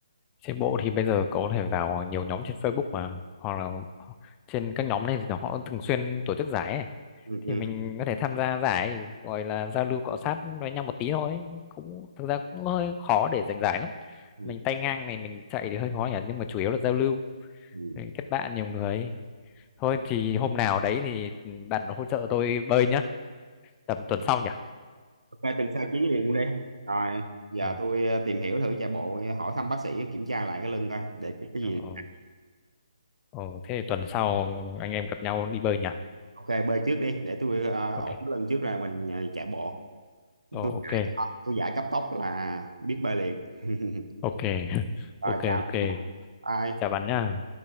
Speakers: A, on the left (about 15°); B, on the right (about 80°).
A: trên bộ thì bây giờ có thể vào nhiều nhóm trên Facebook mà hoặc là trên các nhóm này thì họ thường xuyên tổ chức giải ấy.
B: ừ,
A: thì
B: ừ,
A: mình có thể tham gia giải gọi là giao lưu cọ sát với nhau một tí thôi cũng thực ra cũng hơi khó để giành giải lắm
B: ừ,
A: mình tay ngang này mình chạy thì hơi khó nhỉ nhưng mà chủ yếu là giao lưu
B: ừ.
A: mình kết bạn nhiều người thôi thì hôm nào đấy thì bạn hỗ trợ tôi bơi nhá tầm tuần sau nhỉ
B: ok tuần sau chuyến liền luôn đi rồi giờ
A: ờ
B: tôi ờ, tìm hiểu thử chạy bộ ờ, hỏi thăm bác sĩ kiểm tra lại cái lưng coi để cái, cái
A: ờ,
B: gì
A: ờ, thế thì tuần sau anh em gặp nhau đi bơi nhỉ
B: ok bơi trước đi để tôi ờ,
A: ok
B: ổn cái lưng trước rồi mình ờ, chạy bộ
A: ờ
B: tôi
A: ok
B: giải ờ, tôi giải cấp tốc là biết bơi liền <laughs>
A: ok <laughs>
B: rồi
A: ok
B: chào
A: ok
B: bye
A: chào bạn nhá